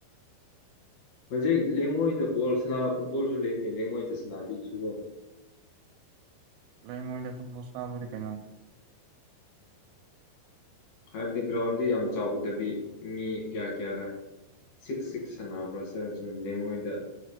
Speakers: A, on the left (about 55°); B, on the right (about 85°).
A: ꯍꯧꯖꯤꯛ ꯂꯩꯦꯡꯉꯣꯏꯗ ꯕꯣꯜ ꯐꯨꯠꯕꯣꯜꯁꯨ ꯂꯩꯔꯤꯅꯦ ꯂꯩꯦꯡꯉꯣꯏꯗ ꯁꯅꯥꯕꯤꯁꯤꯀꯣ
B: ꯂꯉꯣ ꯐꯨꯣꯁꯥꯕꯗꯤ ꯀꯩꯅꯣ
A: ꯍꯥꯏꯕꯗꯤ ꯒ꯭ꯔꯥꯎꯟꯗꯤ ꯌꯥꯝ ꯆꯥꯎꯒꯗꯕꯤ ꯃꯤ ꯀꯌꯥ ꯀꯌꯥꯔ ꯁꯤꯛꯁ ꯁꯤꯛꯁ ꯁꯥꯟꯅꯕ꯭ꯔꯥ ꯁꯕꯦꯟ ꯁꯦꯟ ꯌꯦꯦꯡꯉꯣꯏꯗ